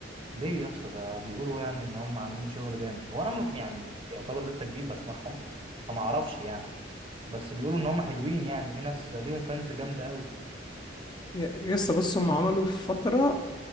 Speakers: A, on the right; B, on the left.
A: ليه يا اسطى ده بيقولوا يعني ان هم عاملين شغل جامد هو انا م- يعني يعتبر لسه جديد بسمعهم فما اعرفش يعني بس بيقولوا ان هم حلوين يعني في ناس ليهم فانز جامده قوي
B: ي- يسا بص هم عملوا في فتره